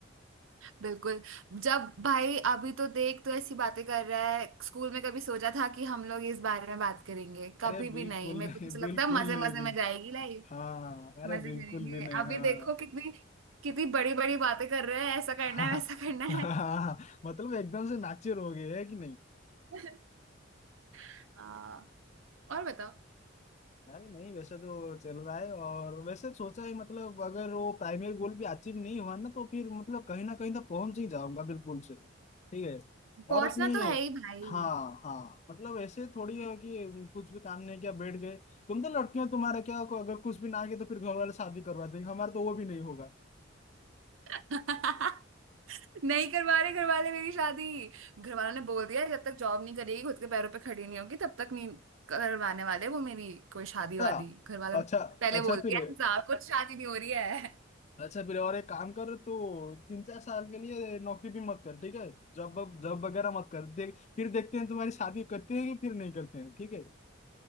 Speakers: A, on the right; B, on the left.
A: बिल्कुल जब भाई अभी तो देख तो ऐसी बातें कर रहा है स्कूल में कभी सोचा था कि हम लोग इस बारे में बात करेंगे कभी
B: अरे
A: भी
B: बिल्कुल
A: नहीं मेरे
B: नहीं
A: को तो
B: बिल्कुल
A: लगता है मजे
B: नहीं
A: मजे
B: बिल
A: में जाएगी लाइफ
B: हाँ अरे
A: मजे
B: बिल्कुल
A: करेंगे
B: भी नहीं
A: अभी
B: हाँ
A: देखो कितनी कितनी बड़ी बड़ी बातें कर रहे हैं ऐसा करना
B: <laughs> हाँ,
A: है वैसा करना
B: हाँ,
A: है
B: हाँ, मतलब एकदम से नाचे रहोगे है कि
A: <laughs> हाँ और बताओ
B: अरे नहीं वैसे तो चल रहा है और वैसे सोचा है मतलब अगर वो प्राइमरी गोल भी अचीव नहीं हुआ ना तो फिर मतलब कहीं ना कहीं तो पहुंच ही जाऊंगा बिल्कुल से ठीक है
A: पहुंचना
B: और अपने
A: तो है ही भाई
B: हाँ हाँ मतलब ऐसे थोड़ी है कि कुछ भी काम नहीं किया बैठ गए तुम तो लड़कियां तुम्हारा क्या अगर कुछ भी ना किया तो फिर घर वाले शादी करवा देंगे हमारा तो वो भी नहीं होगा
A: <laughs> नहीं करवा रहे घर वाले मेरी शादी घर वालों ने बोल दिया है, जब तक जॉब नहीं करेगी खुद के पैरों पे खड़ी नहीं होगी तब तक नहीं करवाने वाले वो मेरी कोई शादी वादी
B: अच्छा
A: घर वालों ने
B: अच्छा
A: पहले
B: अच्छा
A: बोल दिया
B: फिर
A: है, साहब कुछ शादी नहीं हो रही है
B: अच्छा फिर और एक काम कर तो तीन चार साल के लिए नौकरी भी मत कर ठीक है जॉब जॉब वगैरह मत कर देख फिर देखते हैं तुम्हारी शादी करते हैं कि फिर नहीं करते हैं ठीक है